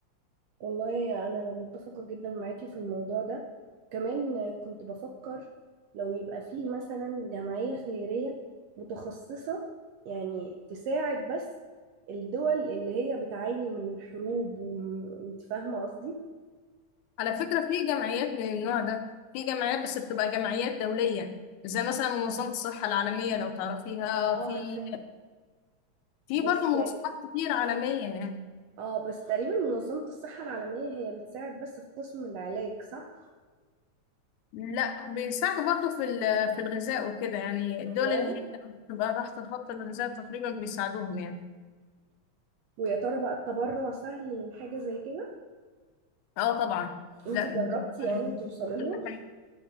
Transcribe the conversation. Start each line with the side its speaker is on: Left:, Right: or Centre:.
Right: والله أنا متفقة جدا معاكي في الموضوع ده كمان كنت بفكر لو يبقى فيه مثلا جمعية خيرية متخصصة يعني تساعد بس الدول اللي هي بتعاني من الحروب وانت فاهمة قصدي؟
Left: على فكرة في جمعيات من النوع ده في جمعيات بس بتبقى جمعيات دولية زي مثلا منظمة الصحة العالمية لو تعرفيها
Right: اه
Left: في
Right: عارفاه
Left: في
Right: بس
Left: برضه منظمات كتير عالمية يعني
Right: اه بس تقريبا منظمة الصحة العالمية هي بتساعد بس في قسم العلاج صح؟
Left: لا بيساعدوا برضه في ال- في الغذاء وكده يعني الدول
Right: والله
Left: اللي هي بتبقى تحت خط الغذاء تقريبا بيساعدوهم يعني
Right: ويا ترى بقى التبرع سهل لحاجة زي كده؟
Left: اه طبعا
Right: انت
Left: لا
Right: جربتي
Left: بتبقى
Right: يعني
Left: يعني
Right: توصلي
Left: كل
Right: لهم؟
Left: حاجة